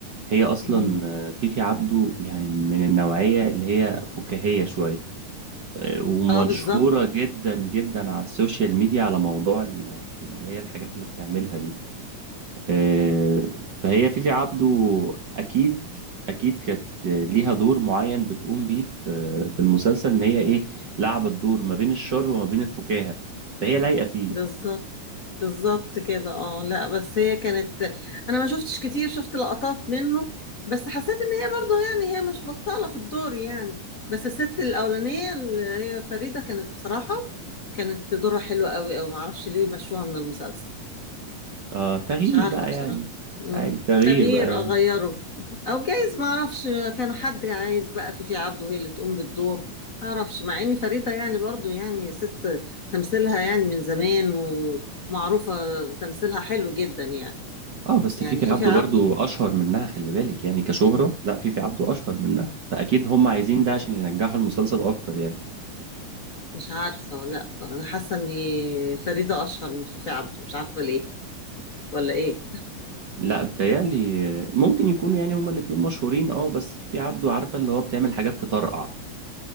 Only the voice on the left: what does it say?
امم
اه بالظبط
بالظبط بالظبط كده اه لا بس هي كانت انا ما شفتش كتير شفت لقطات منه بس حسيت ان هي برضه يعني هي مش بطالة في الدور يعني بس الست الاولانية اللي هي فريدة كانت بصراحة كانت دورها حلو قوي او ما اعرفش ليه مشوها من المسلسل
مش عارفة
بصراحة
مم.
تغيير
أغيره أو جايز ما أعرفش كان حد عايز بقى في في عبده هي اللي تقوم بالدور ما أعرفش مع إن فريدة يعني برضو يعني ست تمثيلها يعني من زمان ومعروفة وتمثيلها حلو جدا يعني
يعني
في
في عبده
مش عارفة ولا أنا حاسة إن فريدة أشهر من في في عبده مش عارفة ليه ولا إيه